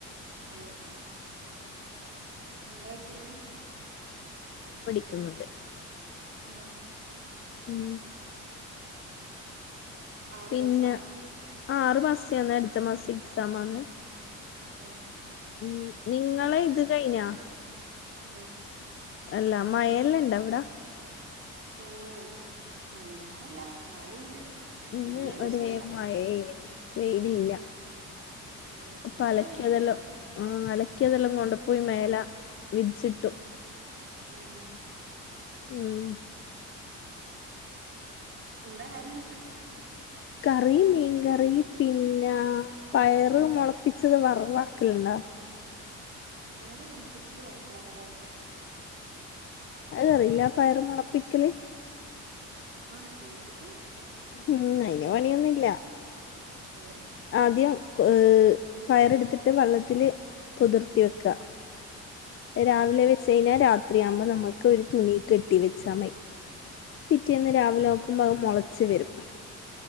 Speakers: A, on the right (about 45°); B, on the left (about 45°).
A: ഏ എന്താഠിക്കുന്നേ
B: ന്നുണ്ട്
A: ആഹ്
B: ഉം
A: ആറ്
B: പിന്നെ
A: മാസാ
B: ആറു മാസത്തേന്ന് അടുത്ത മാസം എക്സാമാന്ന്
A: ഉം
B: ഉം നിങ്ങളെ ഇത് കഴിഞ്ഞ
A: ല
B: അല്ല മഴെല്ലാം ഇണ്ട അവിട
A: ഓ നല്ലോണല്ല എന്നാല ഉണ്ട്
B: ഇന്ന്
A: വല്യ പ്രശ്നല്ല
B: ഒരേ മഴനു വെയിലില്ല
A: ഉം
B: അപ്പൊ
A: ഇന്നലെ
B: അലക്കിയതെല്ലാം
A: വെയിലുണ്ടായിനു
B: ആ അലക്കിയതെല്ലാം കൊണ്ട അവിടെ പോയി മേല വിരീച്ചിട്ടു
A: ഉം
B: ഉം
A: എന്താ കറി
B: കറി മീൻകറി പിന്നെ പയറ് മുളപ്പി ച്ചത് വർവാക്കല്ണ്ടാ
A: പയറ് മൂപ്പിച്ചത് വ വറവാക്കിയെ.
B: അത് അറിയില്ല പയറ് മുളപ്പിക്കല്.
A: ആഹ് കേട്ട്ക്കിന്ന്.
B: ഉം അയിന് പണിയൊന്നും ഇല്ല.
A: ആഹ്.
B: ആദ്യം ഏർ പയറെടുത്തിട്ട് വള്ളത്തില് പുതിർത്തി വെക്കുക. രാവിലെ വെച്ച കഴിഞ്ഞാൽ രാത്രിയാകുമ്പോ നമുക്ക് ഒരു തുണി കെട്ടി വെച്ചാ മൈ. പിറ്റേന്ന് രാവിലെ നോക്കുമ്പോ അത് മുളച്ച് വരും